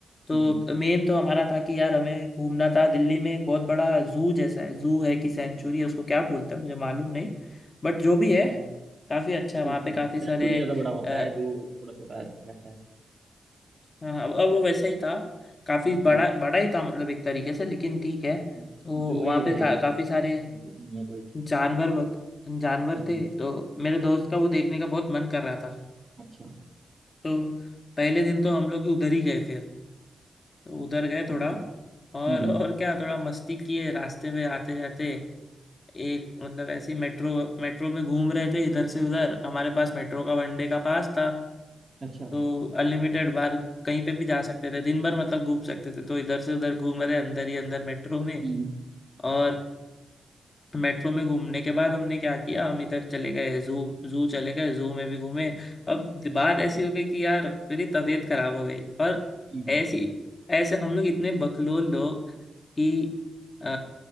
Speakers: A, on the left (about 40°); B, on the right (about 40°).
A: तो
B: हम्म
A: मेन तो हमारा था कि यार हमें घूमना था दिल्ली में एक बहुत बड़ा जू जैसा है जू है कि सेंचुरी है उसको क्या बोलते हैं मुझे मालूम नहीं बट जो भी है
B: हाँ
A: काफ़ी अच्छा है
B: ठीक
A: वहाँ पे
B: है
A: काफ़ी
B: सेंचुरी
A: सारे
B: ज्यादा बड़ा होता
A: अ,
B: है जू थोड़ा छोटा रहता रहता है
A: हाँ अब अब वो वैसा ही था काफ़ी
B: हम्म
A: बड़ा बड़ा ही था मतलब एक तरीके से लेकिन ठीक है
B: हाँ,
A: तो
B: जू ही
A: वहाँ
B: रहेगा
A: पे का, काफ़ी
B: दिल्ली
A: सारे
B: में तो सेंचुरी नहीं है कोई
A: जानवर वग- जानवर
B: हम्म
A: थे तो मेरे दोस्त का वो देखने का बहुत मन कर रहा था
B: अच्छा
A: तो पहले दिन तो हम लोग उधर ही गए फिर तो उधर गए
B: अच्छा
A: थोड़ा
B: हम्म
A: और और क्या थोड़ा मस्ती किए रास्ते में आते जाते एक मतलब ऐसी मेट्रो मेट्रो में घूम रहे थे इधर से उधर हमारे पास मेट्रो का वनडे का पास था
B: अच्छा
A: तो अनलिमिटेड बार कहीं पे भी जा सकते थे दिन भर मतलब घूम सकते थे तो इधर से उधर घूम रहे अंदर ही अंदर मेट्रो में
B: हम्म
A: और मेट्रो में घूमने के बाद हमने क्या किया हम इधर चले गए जू जू चले गए जू में भी घूमे अब बात ऐसी हो गई कि यार मेरी तबीयत खराब हो गई और
B: हम्म,
A: ऐसी ऐसे हम लोग इतने बकलोल लोग कि आ,